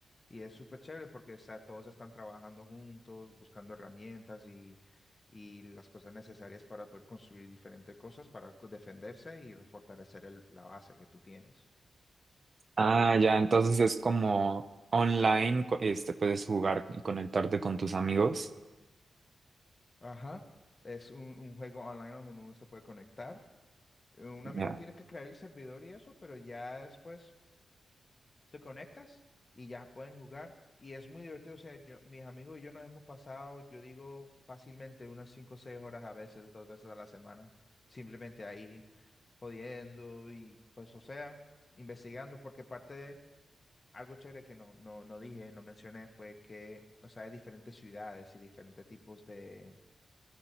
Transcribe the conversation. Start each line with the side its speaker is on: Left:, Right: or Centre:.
Left: y es súper chévere porque o sea, todos están trabajando juntos, buscando herramientas y, y las cosas necesarias para poder construir diferentes cosas, para co- defenderse y fortalecer el- la base que tú tienes.
Right: Ah, ya, entonces es como online, co- este, puedes jugar y conectarte con tus amigos.
Left: Ajá. Es un, un juego online donde uno se puede conectar. Un amigo
Right: Ya.
Left: tiene que crear el servidor y eso, pero ya después te conectas y ya pueden jugar. Y es muy divertido, o sea, yo, mis amigos y yo nos hemos pasado, yo digo, fácilmente unas 5 o 6 horas a veces, dos veces a la semana, simplemente ahí, jodiendo y pues, o sea, investigando, porque parte de algo chévere que no, no, no dije, no mencioné, fue que, o sea, hay diferentes ciudades y diferentes tipos de,